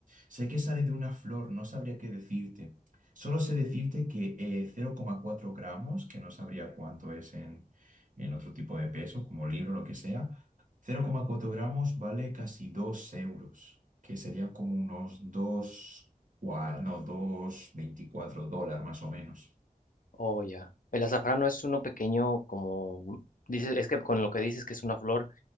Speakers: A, on the right; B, on the left.
A: sé que sale de una flor, no sabría qué decirte. Solo sé decirte que eh, cero coma cuatro gramos, que no sabría cuánto es en, en otro tipo de peso, como libro o lo que sea, Cero coma cuatro gramos vale casi 2 euros, que serían como unos 2 cua- no, dos coma veinticuatro dólares más o menos.
B: oh ya. El azafrán no es uno pequeño como dices, es que con lo que dices que es una flor,